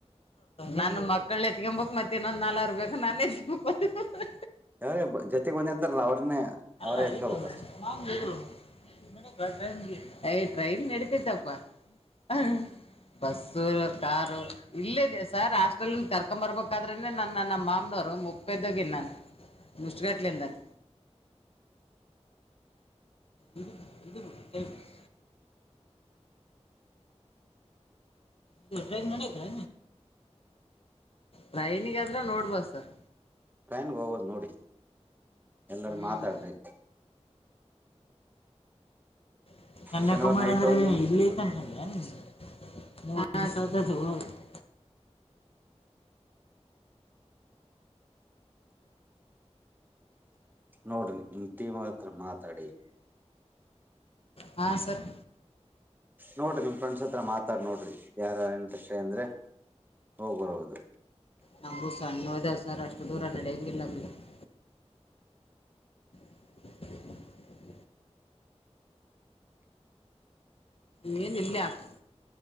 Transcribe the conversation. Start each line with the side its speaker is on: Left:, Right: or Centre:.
Left: ನನ್ ಮಕ್ಳ ಎತ್ಕೊಂಬಬೇಕಕ್ ಮತ್ತೆ ಇನ್ನೊಂದ ನಾಲ್ರ್ ಬಬೇಕು ನಾನನ್ ಎತ್ಬೇಕಕ್ <inaudible>
Right: ಯಾರೇ ಜೊತೇಗ್ ಬಂದಿರ್ತಾರಲ್ಲ ಅವ್ರನ್ನೇ
Left: ಅಲ್ಲ
Right: ಅವರೇ ಎತ್ಕಬೇಕಷ್ಟೇ.
Left: ಇದು <unintelligible> ಟ್ರೈನ್ ನಡತೈತ್ತಪ್ಪ ಹಾ.. ಬಸ್ಸು, ಕಾರು. ಇಲ್ಲೇ ಇದ್ದೆ ಸಾರ್ ಹಾಸ್ಟೆಲ್ನಿಂದ ಕರ್ಕೊಂಬರ್ಬೇಕಾದ್ರೆನೆ ನನ್ನ ನಮ್ ಮಾಮ್ನರು ಮು ಪೆದ್ದಗಿನಾನು ಮುಷ್ಟುಗಟ್ಲೆಂದಲೆ ಇದು ಇದು <unintelligible> ನೀವ್ ಅಟೆಂಡ್ ಮಾಡಿದ್ರ? ಟ್ರೈನಿಂಗ್ ಆದ್ರ ನೋಡ್ಬೋದು ಸರ್.
Right: ಟೈಮ್ ಓವರ್ ನೋಡಿ ಎಲ್ಲಾರ್
Left: ಹ್ಮ್
Right: ಮಾತಾಡ್ರಿ
Left: <unintelligible>
Right: ಶನಿವಾರ ನೈಟ್ ಹೋಗಿ ನೋಡ್ರಿ ನಿಮ್ ಟೀಮ್ ಅವ್ರು ಹತ್ರ ಮಾತಾಡಿ.
Left: ಹಾ ಸರ್.
Right: ನೋಡ್ರಿ ನಿಮ್ ಫ್ರೆಂಡ್ಸ್ ಹತ್ರ ಮಾತಾಡಿ ನೋಡ್ರಿ ಯಾರ್ ಯಾರಿಗ್ ರ್ಇಂಟ್ರೆಸ್ಟ್ ಇದೆ ಅಂದ್ರೇ ಹೋಗ್ಬಹುದು.
Left: ನಮಗೂ ಸಣ್ಣ ಹ ದೇವಸಾರ ಅಷ್ಟು ದೂರ ನಡ ಹಂಗಿಲ್ಲ ಅ <unintelligible> <inaudible> ನೀನ್ ಇಲ್ಲೆ ಆಗ್